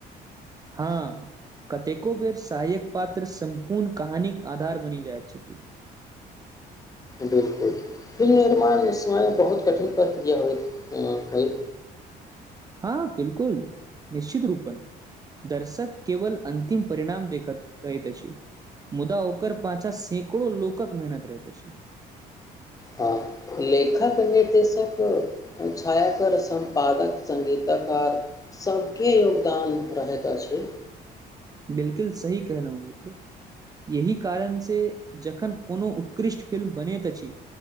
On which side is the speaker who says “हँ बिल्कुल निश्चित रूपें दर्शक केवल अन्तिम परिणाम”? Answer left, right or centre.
Right